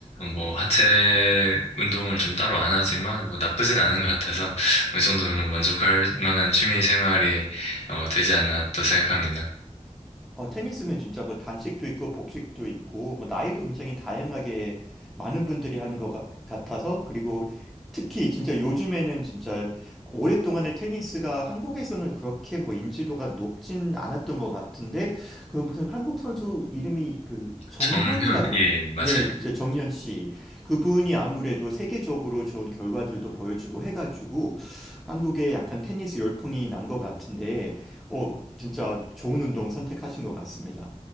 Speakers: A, on the left (about 60°); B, in the centre.
A: 뭐 하체 운동을 좀 따로 안 하지만 뭐 나쁘진 않은 것 같아서 어느 정도는 만족할 만한 취미 생활이 어, 되지 않나 또 생각합니다.
B: 어, 테니스는 진짜 뭐 단식도 있고 복식도 있고 뭐 나이도 굉장히 다양하게 많은 분들이 하는 것 같- 같아서 그리고 특히 진짜 요즘에는 진짜 오랫동안은 테니스가 한국에서는 그렇게 뭐 인지도가 높진 않았던 것 같은데 그 무슨 한국 선수 이름이 그 정현이라고
A: 정현, 예, 맞아요.
B: 네, 그죠 정현 씨 그분이 아무래도 세계적으로 좋은 결과들도 보여주고 해가지고 한국에 약간 테니스 열풍이 난 것 같은데. 어, 진짜 좋은 운동 선택하신 것 같습니다.